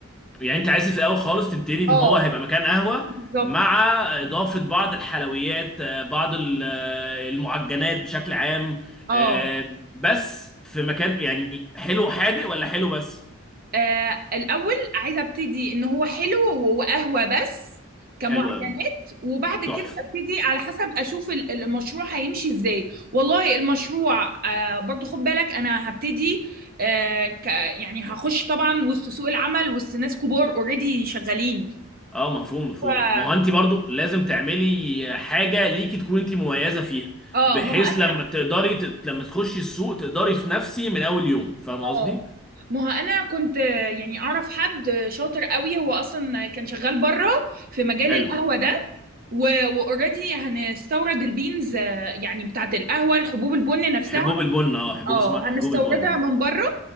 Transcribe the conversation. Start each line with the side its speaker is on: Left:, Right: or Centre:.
Centre: يعني انت عايز في الاول خالص تبتدي ان
Right: اه
Centre: هو هيبقى مكان قهوه
Right: بالظبط
Centre: مع اضافه بعض الحلويات آه، بعض ال- آه، المعجنات بشكل عام
Right: اه
Centre: آه، بس في مكان يعني حلو حادق ولا حلو بس
Right: آه، الاول عايزه ابتدي ان هو حلو وقهوه بس كمعتمد،
Centre: حلو قوي
Right: وبعد كده
Centre: تحفه
Right: ابتدي على حسب اشوف ال- المشروع هيمشي ازاي والله المشروع آه برضو خد بالك انا هبتدي آه ك يعني هخش طبعا وسط سوق العمل وسط ناس كبار اوريدي شغالين
Centre: اه مفهوم مفهوم
Right: و...
Centre: ما هو انت برضو لازم تعملي حاجه ليكي تكون انت مميزه فيها
Right: اه
Centre: بحيث
Right: ما هو انا
Centre: لما تقدري ت- لما تخشي السوق تقدري تنافسي من اول يوم فاهم
Right: اه
Centre: قصدي
Right: ما هو انا كنت آه، يعني اعرف حد آه، شاطر قوي هو اصلا كان شغال بره في مجال
Centre: حلو
Right: القهوة ده واوريدي هنستورد البينز آه، يعني بتاعت القهوة الحبوب البن نفسها
Centre: حبوب البن اه حبوب
Right: اه
Centre: اسمها
Right: هنستوردها
Centre: حبوب البن اه
Right: من بره